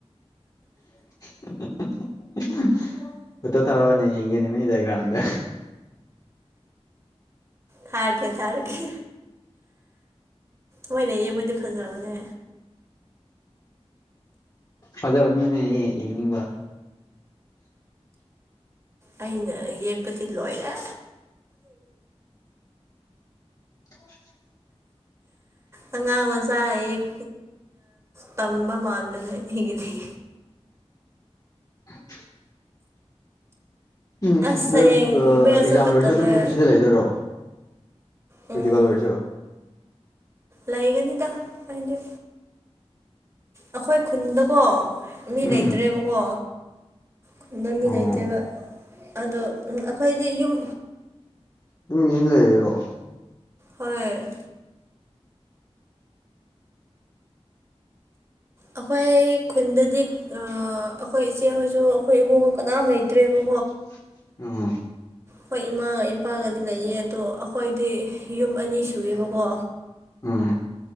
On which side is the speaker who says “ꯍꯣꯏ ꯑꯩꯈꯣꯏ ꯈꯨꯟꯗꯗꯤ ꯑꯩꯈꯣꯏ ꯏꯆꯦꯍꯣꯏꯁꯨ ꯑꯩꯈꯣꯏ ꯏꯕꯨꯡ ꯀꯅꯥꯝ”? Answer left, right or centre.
Right